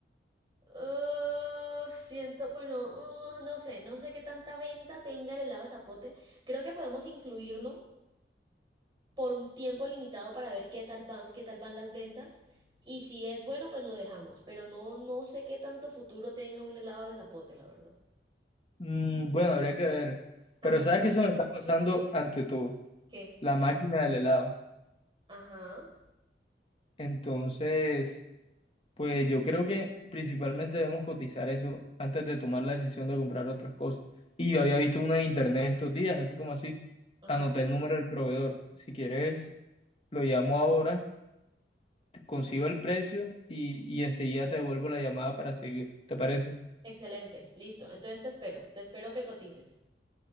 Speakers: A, on the right (about 25°); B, on the left (about 35°).
A: Ah, siento, bueno, ah, no sé, no sé qué tanta venta tenga el helado de zapote. Creo que podemos incluirlo por un tiempo limitado para ver qué tal van, qué tal van las ventas. Y si es bueno, pues lo dejamos. Pero no, no sé qué tanto futuro tenga un helado de zapote, la verdad.
B: Mm, bueno, habría que ver.
A: Ajá.
B: Pero sabes que eso me está pasando ante todo,
A: ¿Qué?
B: la máquina del helado.
A: Ajá,
B: Entonces, pues yo creo que principalmente debemos cotizar eso antes de tomar la decisión de comprar otras cosas. Y yo había visto una en internet estos días, así como así.
A: ajá.
B: Anoté el número del proveedor. Si quieres, lo llamo ahora, te- consigo el precio y, y enseguida te devuelvo la llamada para seguir. ¿Te parece?
A: Excelente, listo. Entonces te espero, te espero que cotices.